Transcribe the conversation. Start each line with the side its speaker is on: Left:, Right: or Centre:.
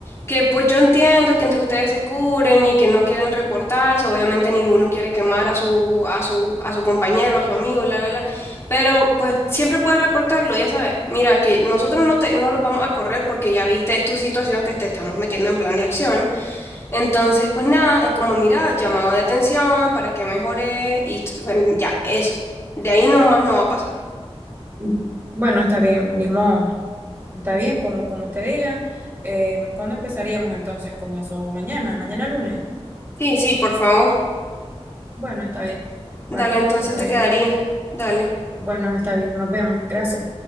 Left: Que pues yo entiendo que entre ustedes se curen y que no quieren reportarse, obviamente ninguno quiere quemar a su, a su, a su compañero, a su amigo, la, la, la, pero pues siempre puedes reportarlo, ya sabes. Mira, que nosotros no te, no los vamos a correr porque ya viste es tu situación que te estamos metiendo en plan de acción. Entonces, pues nada, es como, mira, llamado de atención para que mejore y t- bueno, ya, eso. De ahí nomás no va a pasar.
Right: Mm. Bueno, está bien, ni modo. Está bien, como, como usted diga. Eh, ¿cuándo empezaríamos entonces con eso? Mañana, mañana lunes.
Left: Sí, sí, por favor.
Right: Bueno, está bien. Vale,
Left: Dale, entonces
Right: está
Left: te
Right: bien.
Left: quedaría. Dale,
Right: Bueno, está bien, nos vemos. Gracias.